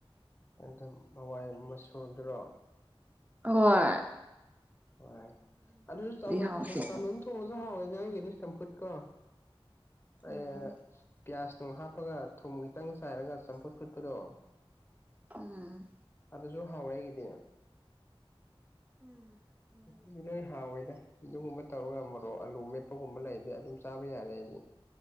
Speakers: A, on the left; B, on the right.
A: ꯑꯗꯨꯝ ꯍꯋꯥꯏ ꯃꯁꯨꯔꯗꯨꯔꯣ
B: ꯑꯍꯣꯏ
A: ꯍꯣꯏ ꯑꯗꯨꯁꯨ ꯆꯝꯅ
B: ꯍꯥꯎꯇꯦ
A: ꯆ ꯆꯝꯅꯗꯨꯝ ꯊꯣꯡꯉꯁꯨ ꯍꯥꯎꯋꯦ ꯅꯣꯏꯒꯤꯗꯤ ꯆꯝꯐꯨꯠꯀ ꯑꯩꯌꯦ
B: ꯎꯝ
A: ꯄꯤꯌꯥꯖꯅꯨꯡ ꯍꯥꯞꯄꯒ ꯊꯨꯝ ꯈꯤꯇꯪ ꯆꯥꯏꯔꯒ ꯆꯝꯐꯨꯠ ꯐꯨꯠꯄꯗꯣ
B: ꯎꯝ
A: ꯑꯗꯨꯁꯨ ꯍꯥꯎꯋꯦ ꯑꯩꯒꯤꯗꯤ ꯎꯝ ꯂꯣꯏ ꯍꯥꯎꯋꯤꯗ ꯑꯗꯨꯒꯨꯝꯕ ꯇꯧꯔꯒ ꯃꯔꯣꯛ ꯑꯂꯨ ꯃꯦꯠꯄꯒꯨꯝꯕ ꯂꯩꯔꯗꯤ ꯑꯗꯨꯝ ꯆꯥꯕ ꯌꯥꯔꯦ ꯑꯩꯗꯤ